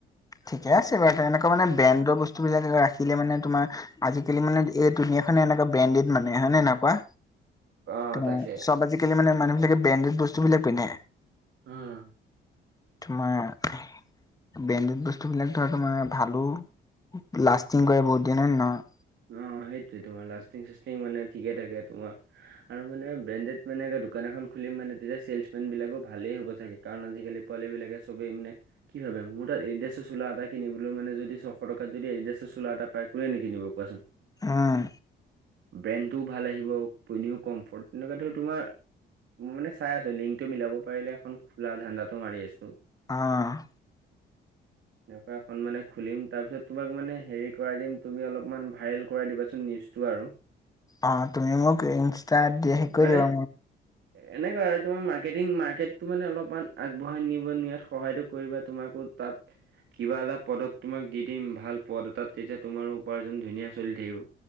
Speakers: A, on the left; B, on the right.
A: ঠিকে আছে বাৰু তেনেকুৱা মানে ব্ৰেণ্ডৰ বস্তুবিলাক ৰাখিলে মানে তোমাৰ আজিকালি মানে এই দুুনীয়া খনে এনেকুৱা ব্ৰেণ্ডেড মানে হয় নে নে এনেকুৱা।
B: অ
A: ত
B: তাকে
A: চব আজিকালি মানে মানুহ বিলাকে ব্ৰেণ্ডেড বস্তু বিলাক পিন্ধে।
B: উম।
A: উম! ব্ৰেণ্ডেড বস্তুবিলাক ধৰা তোমাৰ মানে ভালো লাষ্টিং কৰে বহুত দিন হয় নে নহয়।
B: অ সেইটোৱে তোমাৰ লাষ্টিং চিষ্টিং মানে ঠিকে থাকে তোমাৰ আৰু মানে ব্ৰেণ্ডেড মানে দোকান এখন খুলিম মানে তেতিয়া চেললচ মেন বিলাকো ভালেই হ'ব চাগে। কাৰণ আজিকালি পোৱালি বিলাকে চবেই মানে কি ভাবে মোৰ তাত এড্ৰেছ চোলা এটা কিনিবলৈ মানে যদি ছশ টকা যদি এড্ৰেছ চোলা এটা পায় কোনে ন কিনিব। <unintelligible>
A: হুম!
B: ব্ৰেণ্ডটোও ভাল আহিব পইনীও কমফৰ্ট এনেকুৱা ধৰ তোমাৰ মই মানে চাই আছো লিংকটো মিলাব পাৰিলে এখন খোলা ধান্দাটো মাৰি আছো।
A: অ'।
B: এনেকুৱা এখন মানে খুলিম তাৰপিছত তোমাক মানে হেৰি কৰাই দিম তুমি অলপমান ভাইৰেল কৰাই দিবাচোন নিউজটো আৰু।
A: অ তুমি মোক ইনষ্টা দিয়া হে কৰি
B: মানে
A: দিবা
B: এনেকুৱা আৰু তোমাৰ মাৰ্কেটিং মাৰ্কেটতটো মানে অলপমান আগবঢ়াই নিব নিয়াত সহায়তো কৰিবা তোমাকো তাত কিবা এটা পদত তোমাক দি দিম ভাল পদ এ তাত তেতিয়া তুমাৰো উপাৰ্জন ধুনীয়া চলি থাকিব